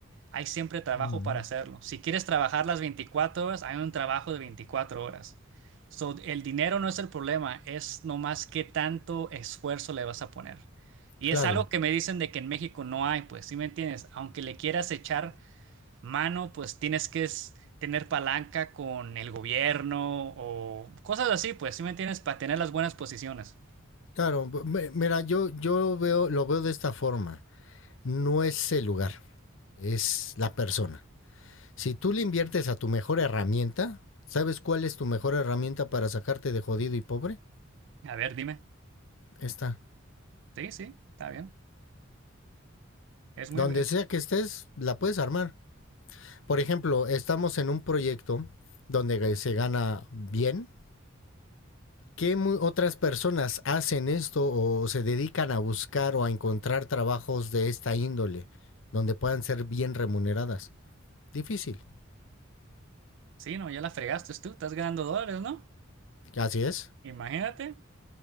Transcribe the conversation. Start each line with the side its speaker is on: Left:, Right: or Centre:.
Right: Hay siempre trabajo
Left: Ujú.
Right: para hacerlo. Si quieres trabajar las 24 horas, hay un trabajo de 24 horas. So, el dinero no es el problema, es nomás qué tanto esfuerzo le vas a poner. Y
Left: Claro.
Right: es algo que me dicen de que en México no hay, pues, ¿sí me entiendes? Aunque le quieras echar mano, pues tienes que es- tener palanca con el gobierno o cosas así, pues, ¿sí me entiendes? Para tener las buenas posiciones.
Left: Claro, bu- me- mira, yo, yo veo, lo veo de esta forma. No es el lugar, es la persona. Si tú le inviertes a tu mejor herramienta, ¿sabes cuál es tu mejor herramienta para sacarte de jodido y pobre?
Right: A ver, dime.
Left: Esta.
Right: Sí, sí, está bien. Es muy...
Left: Donde
Right: es-
Left: sea que estés, la puedes armar. Por ejemplo, estamos en un proyecto donde se gana bien. ¿Qué mu- otras personas hacen esto o se dedican a buscar o a encontrar trabajos de esta índole donde puedan ser bien remuneradas? Difícil.
Right: Sí, no, ya la fregaste tú, estás ganando dólares, ¿no?
Left: Así es.
Right: Imagínate,